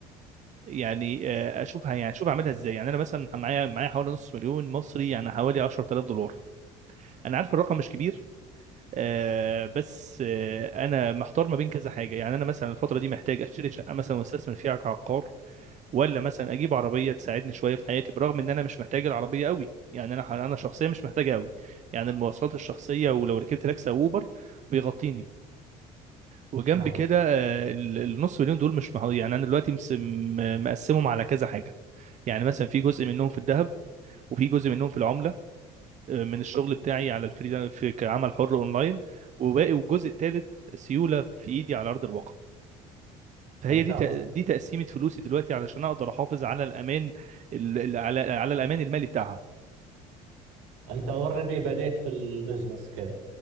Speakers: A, on the right; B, on the right.
A: يعني آه اشوفها يعني اشوف اعملها ازاي يعني انا مثلا معايا معايا حوالي نص مليون مصري يعني حوالي 10000 دولار انا عارف الرقم مش كبير آه، بس آه، انا محتار ما بين كذا حاجه يعني انا مثلا الفتره دي محتاج اشتري شقه مثلا واستثمر فيها كعقار ولا مثلا اجيب عربيه تساعدني شويه في حياتي برغم ان انا مش محتاج العربيه قوي يعني انا ح- انا شخصيا مش محتاجها قوي يعني المواصلات الشخصيه ولو ركبت تاكسي او اوبر بيغطيني وجنب
B: نعم
A: كده آه، ال- النص مليون دول مش مه... يعني انا دلوقتي مس- م- مقسمهم على كذا حاجه يعني مثلا في جزء منهم في الذهب وفي جزء منهم في العمله آه، من الشغل بتاعي على الفريلانس في كعمل حر اونلاين وباقي والجزء الثالث سيوله في ايدي على ارض الواقع فهي
B: ممتاز
A: دي تق- دي تقسيمه فلوسي دلوقتي علشان اقدر احافظ على الامان ال- ال- على على الامان المالي بتاعها
B: انت اوريدي بديت في البزنس كذا